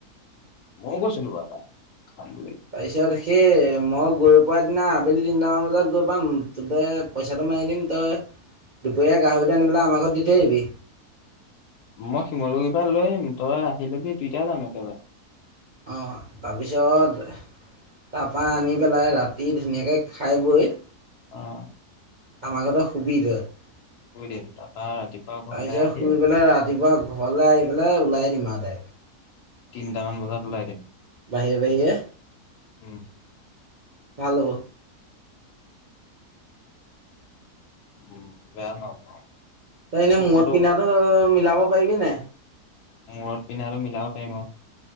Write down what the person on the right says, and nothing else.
তাৰপিছত সেই, মই গৈ পোৱাৰ দিনা, আবেলি তিনিটামান বজাত গৈ পাম। তই পইচাটো মাৰি দিম, তই দুপৰীয়া গাহৰিটো আনি পেলাই আমাৰ ঘৰত দি থৈ আহিবি।
অ'! তাৰপিছত তাৰপৰা আনি পেলাই, ৰাতি ধুনীয়াকে খাই বৈ
আমাৰ ঘৰতে শুবি তই। তাৰপিছত,
শুই পেলাই ৰাতিপুৱা ঘৰলে আহি পেলাই, ওলাই দিম আও। <unintelligible>
বাহিয়ে, বাহিয়ে।
ভাল হ'ল।
তই এনেই,
মূৰত
পিন্ধাটো মিলাব পাৰিবি নাই?